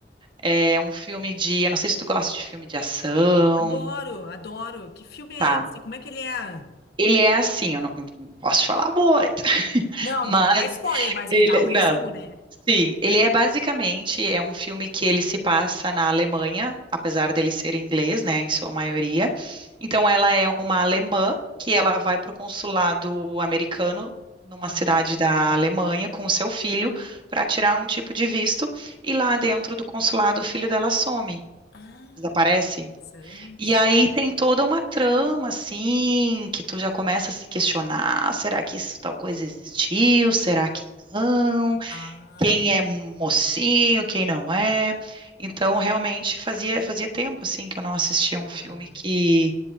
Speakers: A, on the right; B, on the left.
A: É um filme de, eu não sei se tu gosta de filme de ação.
B: Adoro, adoro. Que filme é
A: Tá.
B: esse? Como é que ele é?
A: Ele é assim, eu não, eu não posso falar muito, <laughs>
B: Não,
A: mas
B: não me dá spoiler, mas
A: Ele,
B: me dá dá um um. resumo,
A: não.
B: né?
A: Sim, ele é basicamente é um filme que ele se passa na Alemanha, apesar dele ser inglês, né, em sua maioria. Então ela é uma alemã que ela vai para o consulado americano numa
B: Aham.
A: cidade da Alemanha com o seu filho para tirar um tipo de visto e lá dentro do consulado o filho dela some,
B: Ah,
A: desaparece.
B: Interessante.
A: E aí tem toda uma trama, assim, que tu já começa a se questionar: será que isso tal coisa existiu? Será que não?
B: ah,
A: quem é mocinho, quem não é. Então, realmente fazia fazia tempo assim que eu não assistia
B: boa.
A: um filme que